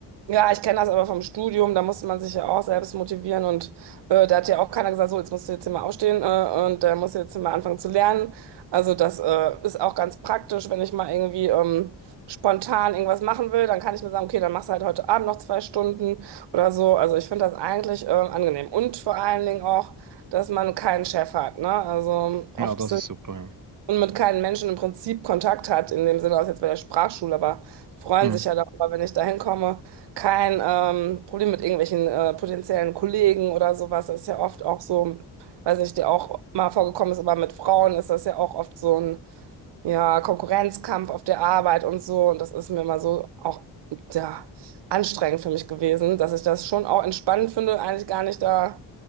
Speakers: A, on the right; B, on the right.
A: Ja, ich kenne das aber vom Studium, da musste man sich ja auch selbst motivieren und äh, da hat ja auch keiner gesagt, so, jetzt musst du jetzt hier mal aufstehen äh, und da musst du jetzt hier mal anfangen zu lernen. Also das äh, ist auch ganz praktisch, wenn ich mal irgendwie ähm, spontan irgendwas machen will, dann kann ich mir sagen, okay, dann machst du halt heute Abend noch zwei Stunden oder so. Also ich finde das eigentlich äh, angenehm und vor allen Dingen auch, dass man keinen Chef hat, ne? Also oft
B: Ja, das ist super,
A: und mit keinen Menschen im Prinzip Kontakt hat, in dem Sinne, aus jetzt bei der Sprachschule, aber die freuen
B: ja. Mhm.
A: sich ja darüber, wenn ich da hinkomme. Kein ähm, Problem mit irgendwelchen äh, potenziellen Kollegen oder sowas. Das ist ja oft auch so, weiß nicht, dir auch mal vorgekommen ist, aber mit Frauen ist das ja auch oft so ein ja, Konkurrenzkampf auf der Arbeit und so. Und das ist mir mal so auch ja, anstrengend für mich gewesen, dass ich das schon auch entspannend finde, eigentlich gar nicht da